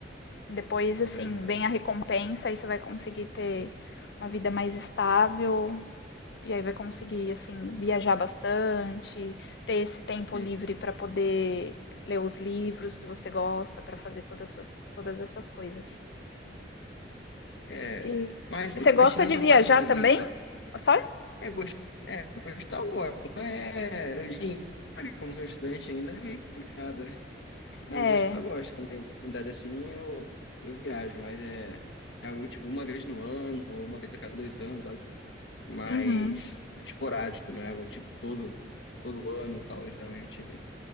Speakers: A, on the left; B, on the left.
A: Depois, assim,
B: né?
A: vem a recompensa, aí você vai conseguir ter uma vida mais estável, E aí vai conseguir, assim, viajar bastante, ter esse tempo
B: E,
A: livre para poder ler os livros que você gosta, para fazer todas essas, todas essas coisas.
B: é,
A: E
B: mas,
A: e você
B: mas
A: gosta
B: tirando
A: de
B: essa
A: viajar
B: parte de
A: também?
B: letra,
A: Só?
B: é gostoso. É, gostar eu gosto. Não é, eu diria como sou estudante ainda, é meio complicado, né? Mas
A: É.
B: gostar, eu gosto. Quando tem oportunidade assim, eu, eu viajo, mas é, é algo tipo uma vez no ano, ou uma vez a cada dois anos, algo mais
A: Uhum.
B: esporádico, não é algo tipo todo, todo ano e tal. Geralmente,